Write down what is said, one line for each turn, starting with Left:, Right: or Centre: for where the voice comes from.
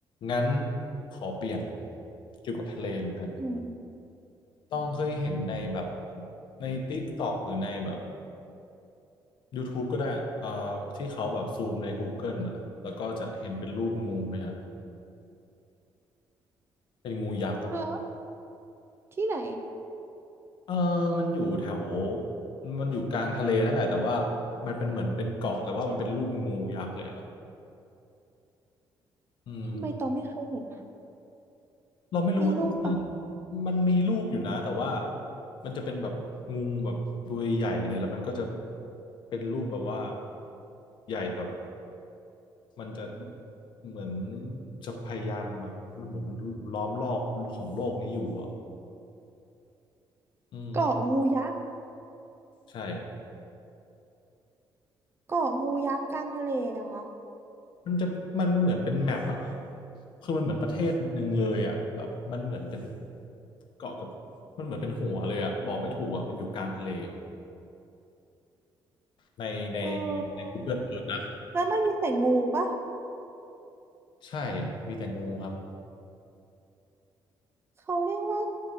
Left: งั้นขอเปลี่ยนเกี่ยวกับทะเลเหมือนกัน
Right: อืม
Left: ต้องเคยเห็นในแบบใน TikTok หรือในแบบ YouTube ก็ได้อ่าที่เขาแบบซูมใน Google อ่ะแล้วก็จะเห็นเป็นรูปงูไหมครับเป็นงูยักษ์อ่ะ
Right: ฮะที่ไหน
Left: เออมันอยู่แถวมันอยู่กลางทะเลนั่นแหละแต่ว่ามันเป็นเหมือนเป็นเกาะแต่ว่ามันเป็นรูปงูยักษ์เลยอ่ะอืม
Right: ทำไมตองไม่เคยเห็นนะ
Left: เราไม่รู้ว่าต้องเซิร์ช
Right: มีรูปปะ
Left: มันมีรูปอยู่นะแต่ว่ามันจะเป็นแบบงูแบบตัวใหญ่เลยแล้วมันก็จะเป็นรูปแบบว่าใหญ่แบบมันจะเหมือนจะพยายามแบบมันเหมือนล้อมรอบของโลกนี้อยู่อ่ะอืม
Right: เกาะงูยักษ์
Left: ใช่
Right: เกาะงูยักษ์กลางทะเลอะคะ
Left: มันจะมันเหมือนเป็นแมปอ่ะคือมันเหมือนประเทศหนึ่งเลยอ่ะแบบมันเหมือนเป็นเกาะกับมันเหมือนเป็นหัวเลยอ่ะบอกไม่ถูกอ่ะมันอยู่กลางทะเลในใน
Right: เออ
Left: ใน Google Earth นะ
Right: แล้วมันมีแต่งูปะ
Left: ใช่ มีแต่งูครับ
Right: เขาเรียกว่า